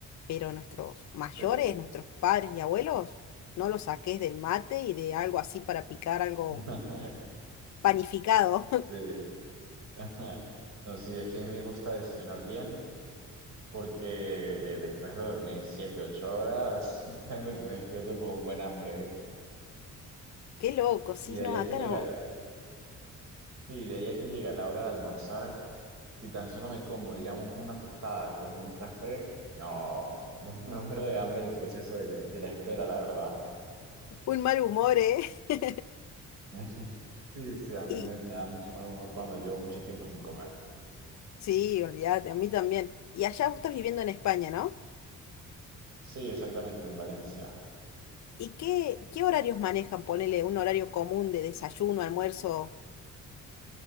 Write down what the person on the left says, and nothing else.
Pero nuestros mayores,
nuestros padres y abuelos, no los saques del mate y de algo así para picar algo
panificado.
<laughs> Qué loco, sí,
no,
acá
no.
Un mal humor, ¿eh? <laughs>
Y
sí, olvídate, a mí también. Y allá vos estás viviendo en España, ¿no?
¿Y qué, qué horarios manejan? Ponele un horario común de desayuno, almuerzo.